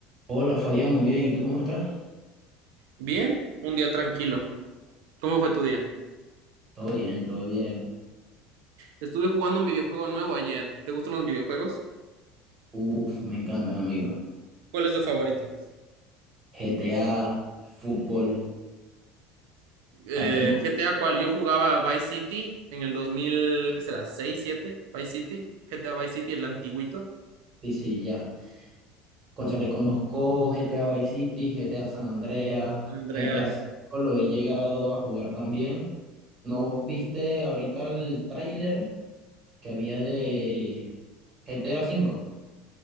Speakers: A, on the right; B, on the right.
A: Hola Fabián, muy bien. ¿Y tú cómo estás?
B: Bien, un día tranquilo. ¿Cómo fue tu día?
A: Todo bien, todo bien.
B: Estuve jugando un videojuego nuevo ayer. ¿Te gustan los videojuegos?
A: Uf, me encantan, amigos.
B: ¿Cuál es tu favorito?
A: GTA, fútbol.
B: Eh,
A: Ahí tengo.
B: GTA, ¿cuál? Yo jugaba Vice City en el 2000, ¿qué será? 6 7 Vice City, GTA Vice City, el antiguito.
A: Sí, sí, ya. Cónchale, conozco GTA Vice City, GTA San Andreas,
B: Andreas.
A: GTA cinco lo he llegado a jugar también. ¿No viste ahorita el tráiler que había de GTA cinco?